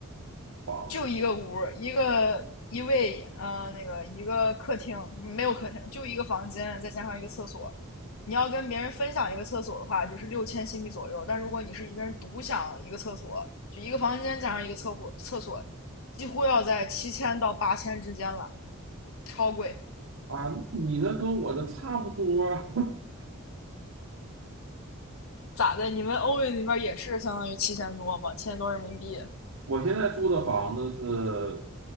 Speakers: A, on the right; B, on the left.
A: 房子
B: 就一个屋，一个一卫，呃，那个一个客厅，嗯没有客厅，就一个房间，再加上一个厕所。你要跟别人分享一个厕所的话，就是六千新币左右。但如果你是一个人独享一个厕所，就一个房间加上一个厕所，厕所几乎要在七千到八千之间了，超贵。
A: 啊？你那跟我的差不多，<laughs>
B: 咋的？你们欧元那边也是相当于七千多吗？千多人民币
A: 我现在住的房子是